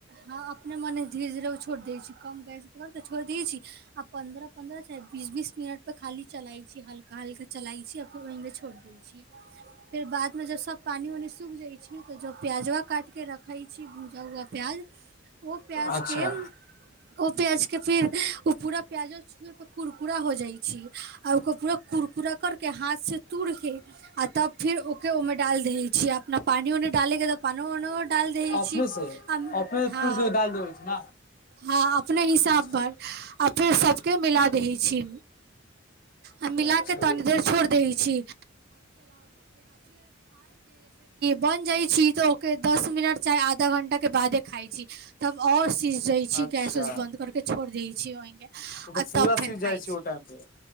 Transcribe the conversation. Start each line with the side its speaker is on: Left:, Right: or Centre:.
Right: ह अपने मने धीरे धीरे ओ छोट दे छै कम गैस पकड़ केे छोड़ दी छी आ पन्द्रह पन्द्र बीस बीस मिनट प खा चलाइ छी ह कल के चलाइ छी फेर ओहिने छोड़ दै छीियै फेर बाद मे जब सब पानी उानी सूख जाइ छी तऽ जो प्याजोा काटिके रखै छी भुजा उुआ प्याज ओ प्याजके
Left: अच्छा
Right: ओ प्याजके फिर ओ पूरा प्याजो छुए कुरकुरा हो जाइ छै आ ओकर पूरा कुरकुरा कर के हाथ से तूड़ के आ तब फिर ओके ओमे ाल दै छ अपना पानिोने डाले तऽ पान वन डाल द
Left: अपने
Right: छी
Left: से
Right: हँ
Left: अपने तूर के डाल देबै छै ने
Right: आ अपने हिसाब
Left: अच्छा
Right: पर आ फेर सबके मिला दही छी आ मिला
Left: अच्छा
Right: के तनी देर छोड़ि दय ब मिनट चाहे आधा घं्टा के बादे खाइ छी तब आओर चीज दै छी
Left: अच्छा
Right: गैस उस बन्द करके छोड़ दै छी ओहिे
Left: ओ तऽ
Right: आ
Left: पूरा
Right: तब फेर
Left: सीझ
Right: खाइ
Left: जाइ छै ओ
Right: छी
Left: टाइम पे